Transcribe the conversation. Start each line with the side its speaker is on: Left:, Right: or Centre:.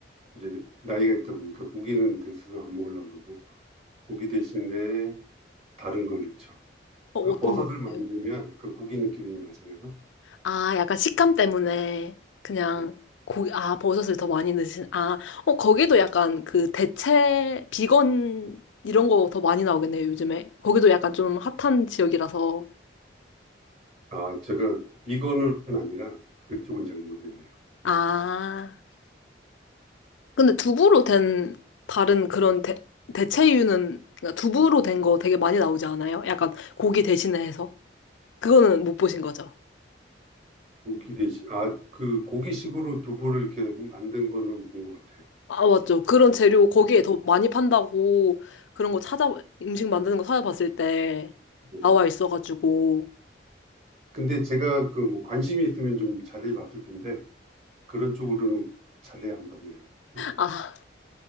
Right: 이제 나이가 있다 보니까 고기는 대수로 안 먹으려고 그러고 고기 대신에 다른 걸 넣죠.
Left: 어,
Right: 아,
Left: 어떤
Right: 버섯을
Left: 거 드세요?
Right: 많이 넣으면 약간 고기 느낌이 나잖아요.
Left: 아, 약간 식감 때문에 그냥
Right: 예.
Left: 고기, 아, 버섯을 더 많이 넣으신, 아, 어, 거기도 약간 그 대체, 비건 이런 거 더 많이 나오겠네요, 요즘에. 거기도 약간 좀 핫한 지역이라서.
Right: 아, 제가 비건은 아니라 그쪽은 잘 모르겠네요.
Left: 아. 근데 두부로 된 다른 그런 대, 대체류는 그러니까 두부로 된 거 되게 많이 나오지 않아요? 약간 고기 대신에 해서 그거는 못 보신 거죠?
Right: 고기 대신, 아, 그 고기식으로 두부를 이렇게 만든 거는 본 것 같아요.
Left: 아 맞죠. 그런 재료 거기에
Right: 예,
Left: 더 많이 판다고 그런 거 찾아 음식 만드는 거 찾아봤을 때
Right: 예.
Left: 나와 있어가지고
Right: 근데 제가 그 뭐 관심이 있으면 좀 자세히 봤을 텐데, 그런 쪽으로는 자세히 안 봤네요. 예,
Left: 아